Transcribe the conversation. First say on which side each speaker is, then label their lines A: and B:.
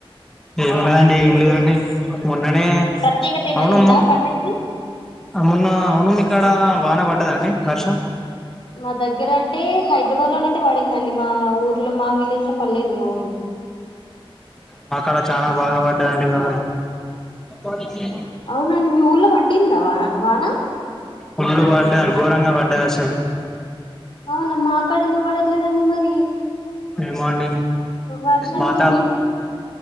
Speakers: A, in the centre; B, on the left.
A: హ దండి ఏం
B: స్పెష్-
A: లేదండి మొన్ననే
B: ప్రత్యేకత ఏమైనా
A: అవునుమ్
B: ఉందా పండక్కి
A: మొన్న అవును మ ఇక్కడ వాన పడ్డదండి వర్షం
B: మా దగ్గర అంటే హైదరాబాద్ లోన అయితే పడిందండి మా ఊర్లో మా విలేజ్ లో పర్లేదు మా ఊర్లో
A: మా అక్కడ చాలా బాగా పడ్డదండి కా అ
B: అవునండి మీ ఊర్లో పాడ్డీందా వాన వాన
A: ఉళ్ళలు పడ్లే అ ఘోరంగా పడ్డది అసలు
B: అవునా మా క్కడ ఎందుకు పడట్లేదు అండి మరి
A: ఏమో అండి
B: వర్షానికి
A: వాత